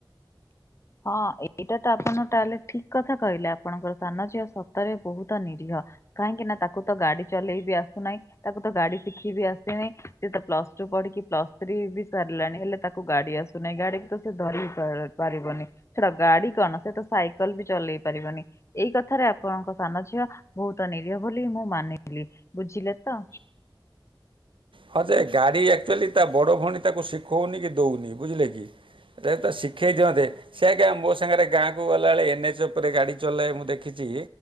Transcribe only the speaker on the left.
ହଁ ଏଇଟା ତ ଆପଣ ତାହେଲେ ଠିକ୍ କଥା କହିଲେ ଆପଣଙ୍କର ସାନ ଝିଅ ସତରେ ବୋହୁତ ନିରୀହ। କାହିଁକି ନାଊ ତାକୁ ତ ଗାଡ଼ି ଚଲେଇ ବି ଆସୁନାହିଁ। ତାକୁ ତ ଗାଡ଼ି ଶିଖି ବି ଆସିନେଇ, ସିଏ ତ ପ୍ଲସ୍ ଟୁ ପଢି଼କି ପ୍ଲସ୍ ଥ୍ରୀ ବି ସାରିଲାଣି ହେଲେ ତାକୁ ଗାଡ଼ି ଆସୁ ନେଇ ଗାଡ଼ିକି ତ ସିଏ ଧରିି ବି ପା ପାରିବନେଇ। ଛାଡ଼ ଗାଡ଼ି କଣ ସେ ତ ସାଇକେଲ୍ ବି ଚଲେଇ ପାରିବନି। ଏଇ କଥାରେ ଆପଣଙ୍କ ସାନ ଝିଅ ବୋହୁତ ନିରୀହ ବୋଲି ମୁଁ ମାନିଲି। ବୁଝିଲେ ତ?